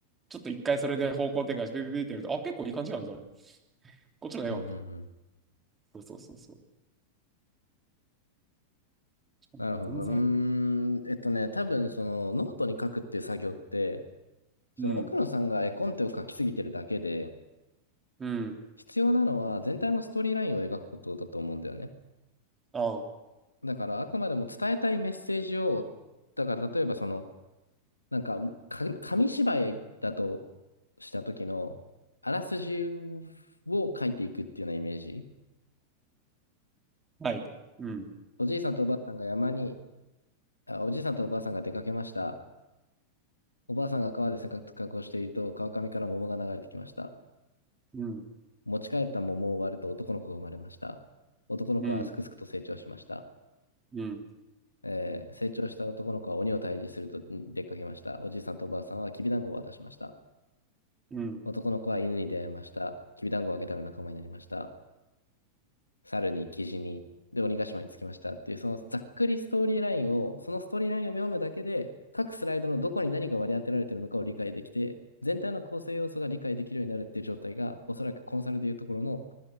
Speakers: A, on the right (about 15°); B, on the left (about 85°).
A: ちょっと一回それで方向転換して、ピピピってやると、あ、結構いい感じなんじゃないこっちの絵はみたい
B: うん、うん、うん。
A: な。そうそうそうそう。
B: なるほどな。
A: 全然。
B: うーん、えっとね、多分そのノートに書くっていう作業って、その奥野さんが絵コンテを描きすぎてるだけで、
A: うん、うん、
B: 必要なのは全体のストーリーラインを描くことだと思うんだよね。
A: ああ、
B: だからあくまでも伝えたいメッセージを、だから例えばその、なんか、か紙芝居だとした時の、あらすじを書いていくっていうようなイメージ。
A: はい。うん、
B: おじいさんとおばあさんが山に、あ、おじいさんとおばあさんが出かけました。おばあさんが川で洗濯をしていると、川上から桃が流れてきました。
A: うん、
B: 持ち帰った桃を割ると男の子が生まれました。男の子はすくすくと成長しました。
A: うん、うん、
B: えー成長した男の子は鬼を退治すると出かけました。おじいさんとおばあさんはきびだんごを渡しました。
A: うん、
B: 男の子は犬に出会いました。きびだんごをあげたら仲間になりました。猿に、キジに、で、鬼ヶ島に着きましたっていう、そのざっくりストーリーラインを、そのストーリーラインを読むだけで、各スライドのどこに何が割り当てられているのかを理解できて、全体の構成要素が理解できるようになるっていう状態が、おそらくコンサルでいうところの、